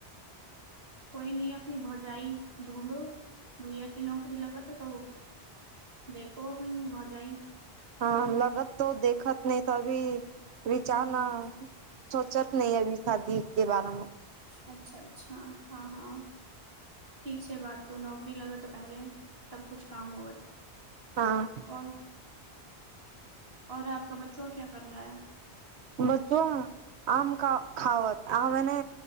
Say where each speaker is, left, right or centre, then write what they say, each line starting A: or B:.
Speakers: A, on the right (about 65°); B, on the right (about 80°).
A: कोई नही अपनी भौजाई ढूंढो भैया की नौकरी लगात तऽ देखो अपनी भौजाई
B: हँ लगत तो देखत नहि तऽ अभी विचार
A: हम्म
B: न ह सोचत नहि अभी शादी के बारे मे
A: अच्छा अच्छा हाँ हाँ। ठीक छै बात तो नौकरी लगत तऽ पहले तब कुछ काम होवत
B: हाँ।
A: और और आपका बच्चुआ क्या कर रहा है?
B: बच्चुवा आम का खावत आमे ने